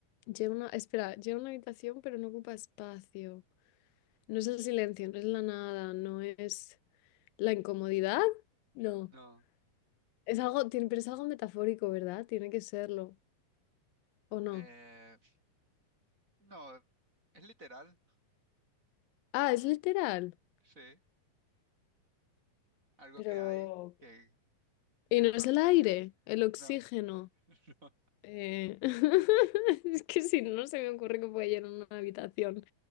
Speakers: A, on the left (about 85°); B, on the right (about 20°).
A: lleva una, espera, lleva una habitación, pero no ocupa espacio. No es el silencio, no es la nada, no es la incomodidad. No.
B: No.
A: Es algo, tiene, pero es algo metafórico, ¿verdad? Tiene que serlo, ¿o
B: Eh,
A: no?
B: no. Es literal.
A: Ah, es literal.
B: Sí. Algo
A: Pero,
B: que hay que llena
A: Y no es
B: la habitación.
A: el aire, el oxígeno.
B: No. <laughs> No.
A: Eh, <laughs> Es que si no, no se me ocurre que pueda llenar una habitación